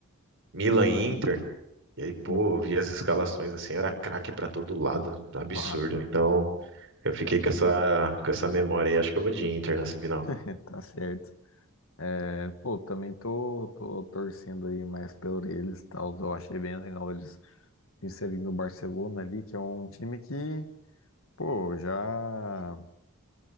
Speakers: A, on the right; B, on the left.
A: Milan e Inter. E aí, pô,
B: Hum,
A: eu via as escalações assim, era craque pra todo lado, absurdo.
B: Fato,
A: Então, eu fiquei com essa com essa memória e acho que eu vou de Inter nessa final.
B: <laughs> tá certo. É, pô, também tô, tô torcendo aí mais pelo eles, e tal. Eu achei bem legal eles inserindo o Barcelona ali, que é um time que, pô, já.